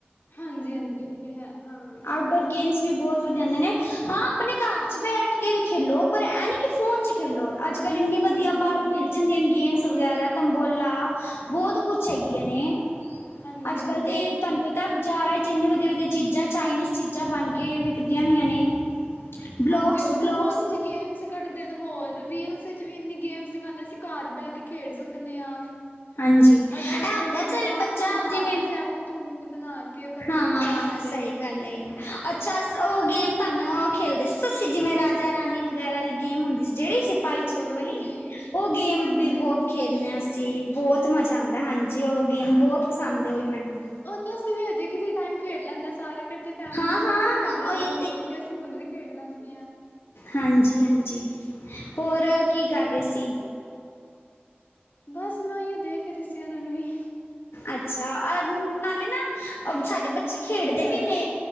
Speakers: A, on the left; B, on the left.
A: ਹਾਂਜੀ-ਹਾਂਜੀ। ਉਹ ਤੇ ਹੈ, ਹਾਂ।
B: ਆਊਟਡੋਰ ਗੇਮਸ ਵੀ ਬਹੁਤ ਵਧੀਆ ਹੁੰਦੀਆ ਨੇ, ਹਾਂ ਆਪਣੇ ਘਰ ਚ ਬੈਠ ਕੇ ਕੇ ਵੀ ਖੇਲੋ ਪਰ ਐ ਨੀ ਕਿ ਫੋਨ ਚ ਖੇਲੋ, ਅੱਜ -ਕਲ ਇੰਨੀ ਵਧੀਆ
A: ਹਾਂਜੀ ਹਾਂਜੀ
B: ਬਾਹਰੋਂ ਮਿਲ ਜਾਂਦੀਆਂ ਨੇ ਗੇਮਸ ਵਗੈਰਾ। ਤਿਮਬੋਲਾ ਬਹੁਤ ਕੁੱਛ ਹੈਗੀਆਂ ਨੇ।
A: ਹਾਂਜੀ
B: ਅੱਜ-ਕਲ
A: ਹਾਂਜੀ
B: ਤੇ
A: ਉਹ
B: ਤੁਹਾਨੂੰ
A: ਹੈ
B: ਪਤਾ ਬਜ਼ਾਰਾਂ ਚੇ ਇੰਨੇ ਵਧੀਆ-ਵਧੀਆ ਚੀਜ਼ਾਂ, ਚਾਈਨੀਸ ਚੀਜ਼ਾਂ ਬਣ ਕੇ ਵਿਕਦੀਆਂ ਵੀਆਂ ਨੇ। ਬਲੋਕਸ
A: ਹਾਂਜੀ। ਉਹ
B: ਬਲੋਕਸ
A: ਤਾਂ ਬਹੁਤ ਅੱਛੀ ਗੇਮਸ ਕੱਢਦੇ ਨੇ, ਹੋਰ ਰੀਲਸ ਵਿਚ ਵੀ ਇੰਨੀ ਗੇਮਸ ਸਿੱਖਾਦੇ, ਅਸੀਂ ਘਰ ਬਹਿ ਖੇਡ ਸਕਦੇ ਆ,
B: ਹਾਂਜੀ ਇਹ
A: ਏਦਾਂ
B: ਹੁੰਦਾ
A: ਜਿਵੇਂ
B: ਚੱਲ
A: ਟਾਸਕ
B: ਬੱਚਾ
A: ਬਣਾ
B: ਜਿਵੇਂ
A: ਕੇ ਚੈਲੰਜ -ਚੁਲੈਜ ਬਣਾ ਕੇ ਓ ਕਰਦੇ
B: ਹਾਂ
A: ਨੇ, ਰੀਲਾਂ ਪਾਂਦੇ
B: ਸਹੀ
A: ਨੇ।
B: ਅੱਛਾ। ਉਹ ਗੇਮ ਤੁਹਾਨੂੰ ਖੇਲਦੇ ਸੀ ਤੁਸੀਂ ਜਿਵੇਂ ਰਾਜਾ-ਰਾਣੀ ਵਗੈਰਾ ਦੀ ਗੇਮ ਹੁੰਦੀ ਸੀ ਜਿਹੜੀ ਸਿਪਾਹੀ-ਚੋਰ
A: ਹਾਂਜੀ ਹਾਂਜੀ
B: ਵਾਲੀ, ਉਹ ਗੇਮ
A: ਹਾਂਜੀ
B: ਵੀ ਬਹੁਤ
A: ਹਾਂਜੀ
B: ਖੇਲੇ
A: ਪਰਚੀ ਪਰਚੀ
B: ਆ ਅਸੀਂ ਬਹੁਤ ਮਜ਼ਾ ਆਂਦਾ, ਹਾਂਜੀ। ਉਹ ਗੇਮ ਬਹੁਤ ਪਸੰਦ
A: ਹਾਂਜੀ,
B: ਹੋਈ ਮੈਨੂੰ
A: ਉਹ ਤੇ ਅਸੀਂ ਵੀ ਹਜੇ ਕਿਸੇ ਟਾਈਮ ਖੇਡ ਲੈਂਨੇ ਆ ਸਾਰੇ। ਕਿਤੇ ਫੈਮਲੀ
B: ਹਾਂ
A: ਨਾਲ ਬੈਠੇ
B: ਹਾਂ
A: ਹੁੰਦੇ
B: ਉਹੀ
A: ਨੇ, ਮਿਲ ਕੇ ਅਸੀਂ ਹੁਣ ਵੀ ਖੇਡ ਲੈਂਨੇ ਆ।
B: ਹਾਂਜੀ-ਹਾਂਜੀ। ਹੋਰ ਕੀ ਕਰ ਰਹੇ ਸੀ?
A: ਬਸ ਮੈਂ ਯੁਹ ਦੇਖ ਰਹੀ ਸੀ ਉਹਨਾਂ ਨੂੰ ਈ
B: ਅੱਛਾ। <unintelligible> ਨਾਲੇ ਨਾ ਸਾਡੇ ਬੱਚੇ
A: ਮੌਸਮ
B: ਖੇਡਦੇ
A: ਵਧੀਆ
B: ਵੀ
A: ਹੈਗਾ
B: ਨੇ
A: ਨਾ।